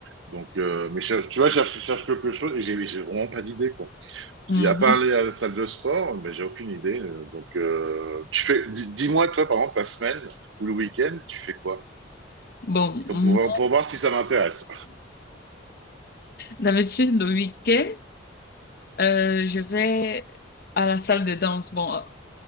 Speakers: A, on the right; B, on the left.
A: donc, euh, mais cherche- tu vois, je cherche, je cherche quelque chose et j'ai j'ai vraiment pas d'idée, quoi. Je
B: Mhm.
A: dis, à part aller à la salle de sport, ben, j'ai aucune idée. euh, Donc, euh, tu fais, dis- dis-moi, toi, par exemple, ta semaine ou le week-end, tu fais quoi?
B: Bon, hmm.
A: Comme Pour, voir- pour voir si ça m'intéresse.
B: d'habitude, le week-end, euh, je vais à la salle de danse. Bon,